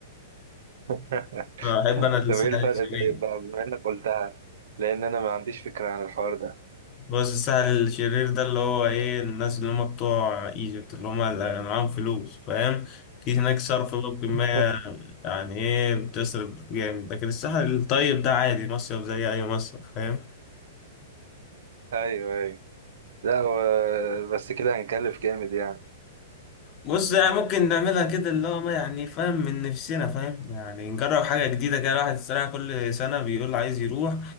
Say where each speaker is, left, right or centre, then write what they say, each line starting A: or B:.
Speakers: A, on the right; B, on the left.
A: <laughs>
B: آه، أحب
A: طب
B: أنا الساحل
A: ايه الفرق
B: الشرير
A: طيب بقى بما انك قلتها لان انا ما عنديش فكرة عن الحوار ده
B: بص الساحل الشرير ده اللي هو ايه الناس اللي هم بتوع ايجيبت اللي هم اللي معاهم فلوس فاهم في هناك صرف بقى بكمية
A: <laughs>
B: يعني ايه بتصرف جامد لكن الساحل الطيب ده عادي مصيف زي أي مصيف فاهم
A: ايوه ايوه لا هو بس كده هنكلف جامد يعني
B: بص يعني ممكن نعملها كده اللي هو ما يعني فاهم من نفسنا فاهم يعني نجرب حاجة جديدة كده الواحد الصراحة كل سنة بيقول عايز يروح